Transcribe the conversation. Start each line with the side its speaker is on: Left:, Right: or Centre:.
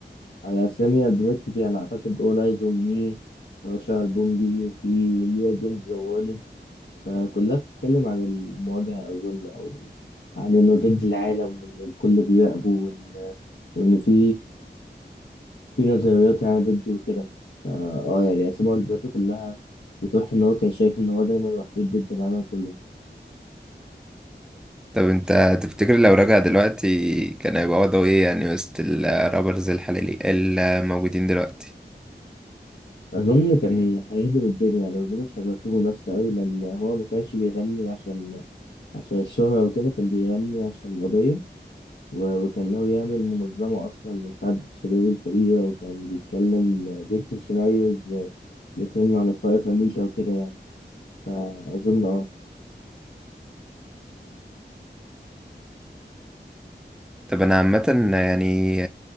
Left: على أسامي ألبومات كتير أنا أعتقد All Eyes on Me أشهر ألبوم ليه وفي Me Against the World فكلها بتتكلم عن المواجهة أظن أو عن إنه ضد العالم وإن الكل بيراقبه وإن وإن في في نظريات يعني ضده وكده فا اه يعني أسامي ألبوماته كلها بتوحي إن هو كان شايف إن هو دايما وحيد ضد العالم كله
Centre: طب أنت تفتكر لو رجع دلوقتي كان هيبقى وضعه إيه يعني وسط الرابرز الحالي الموجودين دلوقتي؟
Left: أظن كان هيهدم الدنيا يعني مظنش هيبقى فيه منافسة أوي لأن هو مكانش بيغني عشان عشان الشهرة وكده كان بيغني عشان قضية و- وكان ناوي يعمل منظمة أصلا لمساعدة الشباب الفقيرة وكان بيتكلم بيكتب سيناريوز ل- لفيلم عن الفقر في أمريكا وكده يعني فأظن أه
Centre: طب أنا عامة يعني